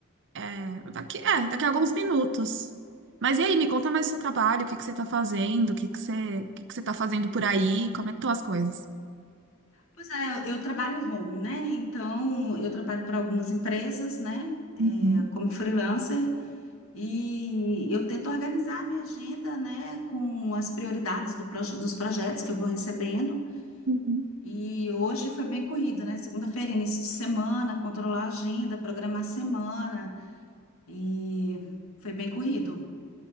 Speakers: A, on the right; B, on the left.
A: É, daqui, é, daqui a alguns minutos. Mas e aí, me conta mais do seu trabalho, o que que você tá fazendo, o que que você, o que que você tá fazendo por aí, como é que estão as coisas?
B: Pois é, eu eu trabalho home, né? Então, eu trabalho para algumas empresas, né?
A: Uhum,
B: É, Como freelancer. E eu tento organizar a minha agenda, né? Com as prioridades do proje- dos projetos que eu vou recebendo.
A: uhum.
B: E hoje foi bem corrido, né? Segunda-feira, início de semana, controlar a agenda, programar a semana. E foi bem corrido.